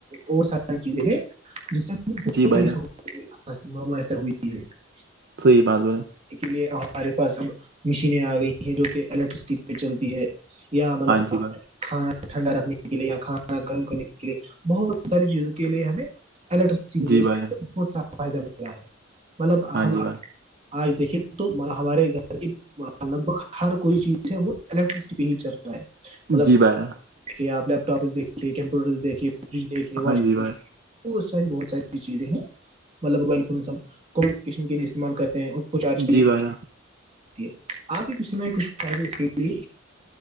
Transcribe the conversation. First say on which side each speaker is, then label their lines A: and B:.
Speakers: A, on the right; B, on the right.
A: اور سارا چیزیں ہے جس سے ہم بہت
B: جی بھائی
A: ساری
B: جان
A: ش <unintelligible> مام ایسا ہوئی ہے <unintelligible>
B: صحیح بات بولے
A: کے لیے ہمارے پاس اب مشینیں آ گئی ہیں جو کہ الیکٹرسٹی پہ چلتی ہے یا مطلب
B: ہاں جی بھائی
A: کھانا ٹھنڈا رکھنے کے لیے کھانا گرم کرنے کے لیے بہت ساری چیزوں کے لیے ہمیں الٹر
B: جی
A: لیے
B: بھائی جان
A: بہت سارا فائدہ مل رہا ہے مطلب
B: ہاں
A: ہم
B: جی بھائی
A: آج دیکھیے تو ہمارے گھر کی لگ بھگ ہر کوئی چیز ہے وہ الیکٹرسٹی پہ ہی چل رہا ہے مطلب
B: بایا <unintelligible>
A: دیکھیے آپ لیپ ٹاپس دیکھیے کمپیوٹر دیکھیے فریج دیکھیے واشنگ
B: ہاں جی بھائی
A: مشین بت ساری بہت ساری چیزیں ہیں مطلب موبائل فون کمیونکیشن کے لیے استعمال کرتے ہیں کچھارجنے
B: جی بھائی
A: ہے آپ ہی کچھ نہ کچھے اس کے لیے